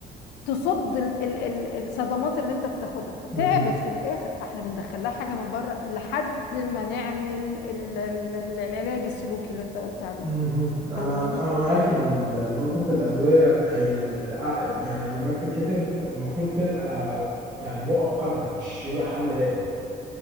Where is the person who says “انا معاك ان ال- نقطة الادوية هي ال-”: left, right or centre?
Right